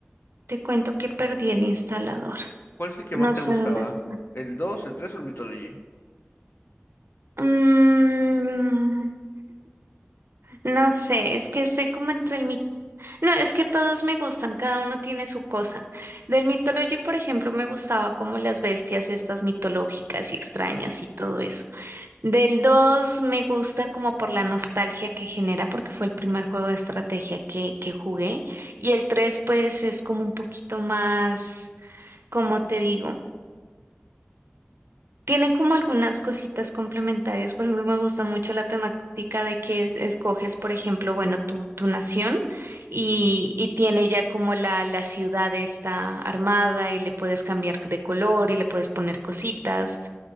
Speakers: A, on the right; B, on the left.
A: te cuento que perdí el instalador.
B: ¿Cuál es el que
A: No
B: más te
A: sé
B: gustaba?
A: dónde está.
B: ¿El 2, el 3 o el Mythology?
A: Mm, No sé, es que estoy como entre el mito. No, es que todos me gustan, cada uno tiene su cosa. Del Mythology, por ejemplo, me gustaba como las bestias estas mitológicas y extrañas y todo eso. Del 2 me gusta como por la nostalgia que genera, porque fue el primer juego de estrategia que, que jugué. Y el 3, pues es como un poquito más, como te digo? Tiene como algunas cositas complementarias. Por ejemplo, me gusta mucho la temática de que es- escoges, por ejemplo, bueno, tu, tu nación y, y tiene ya como la, la ciudad está armada y le puedes cambiar de color y le puedes poner cositas.